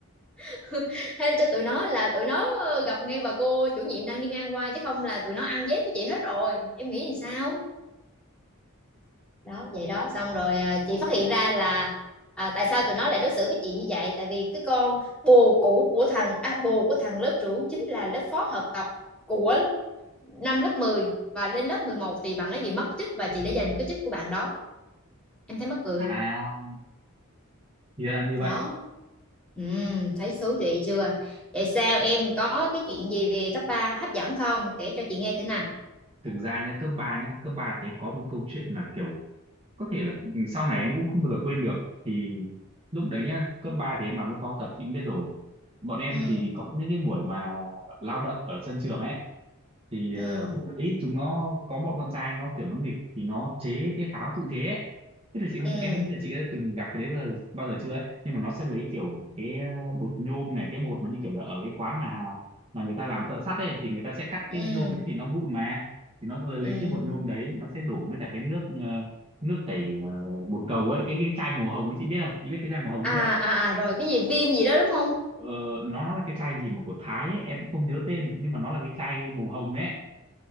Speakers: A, in the centre; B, on the right (about 25°).
A: <laughs> hên cho tụi nó là tụi nó ờ, gặp ngay bà cô chủ nhiệm đang đi ngang qua chứ không là tụi nó ăn dép với chị hết rồi em nghĩ thì sao đó vậy đó xong rồi ờ, chị phát hiện ra là à, tại sao tụi nó lại đối xử với chị như vậy tại vì cái con bồ cũ của thằng à, bồ của thằng lớp trưởng chính là lớp phó hợp tập của năm lớp mười và đến lớp 11 thì bạn ấy bị mất chức và chị đã giành cái chức của bạn đó em thấy mắc cười
B: à
A: không
B: thì ra là như
A: đó
B: vậy
A: Ừ, thấy thú vị chưa? Vậy sao em có cái chuyện gì về cấp 3 hấp dẫn không? Kể cho chị nghe thử nè.
B: thực ra nhá cấp 3 nhá cấp 3 thì em có một câu chuyện mà kiểu có thể là ừ, sau này em cũng không bao giờ quên được thì lúc đấy nhá cấp 3 thì em làm lớp phó học tập chị cũng biết rồi bọn em
A: Ừ,
B: thì có những cái buổi mà lao động ở sân trường ấy thì
A: ừ,
B: ờ, hôm đấy chúng nó có bọn con trai nó kiểu nó nghịch thì nó chế cái pháo tự chế ấy. Thế là chị không
A: ừ,
B: em không biết là chị đã từng gặp cái đấy bao giờ, bao giờ chưa ấy nhưng mà nó sẽ lấy kiểu cái ờ, bột nhôm này cái bột mà như kiểu là ở cái quán mà mà người ta làm thợ sắt ấy thì người ta sẽ cắt
A: ừ,
B: cái nhôm đấy thì nó vụn mà thì nó lấy
A: ừ.
B: lấy cái bột nhôm đấy nó sẽ đổ với cả cái nước ờ, nước tẩy ờ, bồn cầu ấy cái cái chai màu hồng ấy chị biết không chị biết cái chai màu hồng ấy
A: À,
B: chưa
A: à, à, rồi cái gì viêm gì đó đúng không?
B: ờ, nó nó là cái chai gì mà của Thái ấy em cũng không nhớ tên nhưng mà nó là cái chai màu hồng ấy